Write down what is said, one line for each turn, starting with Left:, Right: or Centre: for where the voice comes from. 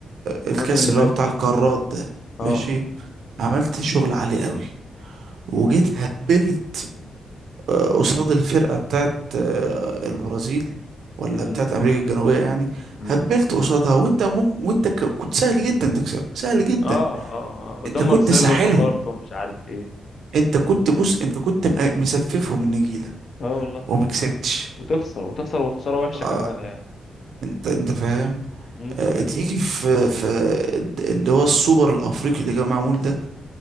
Right: الكاس
Left: الموسم اللي
Right: اللي
Left: فاتت
Right: هو بتاع القارات ده
Left: اه
Right: ماشي عملت شغل عالي قوي وجيت هبلت آه، قصاد الفرقة بتاعت آه، البرازيل ولا
Left: امم
Right: بتاعت أمريكا الجنوبية يعني
Left: امم
Right: هبلت قصادها وأنت ممكن وأنت ك- كنت سهل جدا تكسبها سهل
Left: كنت
Right: جدا
Left: اه اه آه. قدام
Right: أنت كنت
Left: مارسيلو
Right: ساحلهم
Left: خسرت ومش عارف ايه
Right: أنت كنت بص أنت كنت م- مسففهم النجيلة
Left: اه والله
Right: وما
Left: وت-
Right: كسبتش
Left: وتخسر وتخسر وخساره وحشه
Right: آه،
Left: كمان يعني
Right: أنت أنت فاهم
Left: امم
Right: آه، تيجي في في الد- اللي هو السوبر الأفريقي اللي كان معمول ده